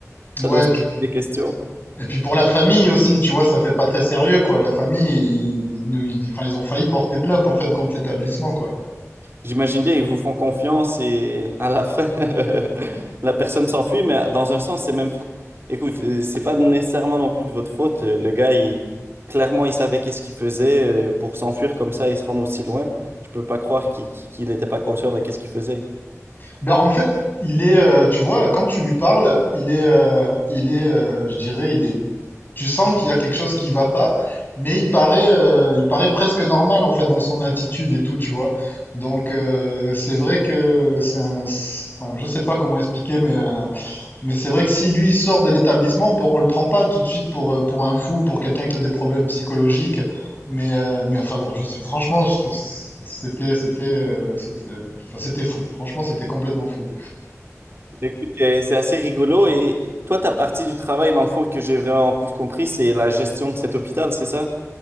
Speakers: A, on the right (about 45°); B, on the left (about 35°).
A: Ça
B: Ouais,
A: doit se
B: puis
A: poser des questions.
B: Et puis pour la famille aussi, tu vois, ça fait pas très sérieux, quoi. La famille, ils, nous- ils- enfin, ils ont failli porter plainte, en fait, contre l'établissement, quoi.
A: J'imagine bien, ils vous font confiance et à la fin, <laughs> la personne s'enfuit, mais dans un sens, c'est même... Écoute, euh, c'est pas nécessairement non plus de votre faute. Euh, Le gars, il... clairement, il savait qu'est-ce qu'il faisait euh, pour s'enfuir comme ça et se rendre aussi loin. Je peux pas croire qu'il qu'il- qu'il était pas conscient de qu'est-ce qu'il faisait.
B: Ben, en fait, il est, euh, tu vois, quand tu lui parles, il est, euh, il est, euh, je dirais, il est, tu sens qu'il y a quelque chose qui va pas, mais il paraît, euh, il paraît presque normal, en fait, dans son attitude et tout, tu vois. Donc, euh, c'est vrai que c'est un, c'est- enfin, je sais pas comment expliquer, mais euh, Mais c'est vrai que si lui il sort de l'établissement, on peut- on le prend pas tout de suite pour, euh, pour un fou, pour quelqu'un qui a des problèmes psychologiques. Mais, euh, mais enfin bon, je sais, franchement, c- c'était, c'était, euh, c'était, enfin, c'était fou. Franchement, c'était complètement fou.
A: Écoute, euh, c'est assez rigolo. Et toi, ta partie du travail, dans le fond, que j'ai vraiment plus compris, c'est la gestion de cet hôpital, c'est ça?